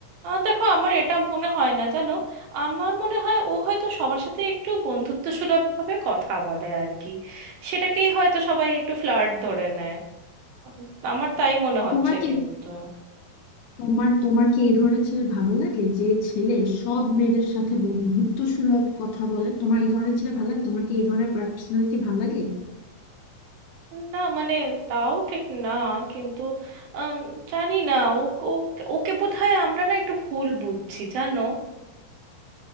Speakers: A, on the right; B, on the left.
A: দেখো আমার এটা মনে হয় না জানো আমার মনে হয় ও হয়তো সবার সাথে একটু বন্ধুত্ব সুলভ ভাবে কথা বলে আর কি সেটাকেই হয়তো সবাই একটু ফ্লার্ট ধরে নেয় উম, আমার তাই মনে হচ্ছে
B: তোমার কি
A: কিন্তু
B: তোমার তোমার কি এই ধরনের ছেলে ভালো লাগে যে ছেলে সব মেয়েদের সাথে বন্ধুত্ব সুলভ কথা বলে তোমার এই ধরনের ছেলে ভালো লাগে তোমার কি এই ধরনের পার্সোনালিটি ভালো লাগে
A: না মানে তাও ঠিক না কিন্তু আম, জানি না ও ও- ওকে বোধহয় আমরা না একটু ভুল বুঝছি জানো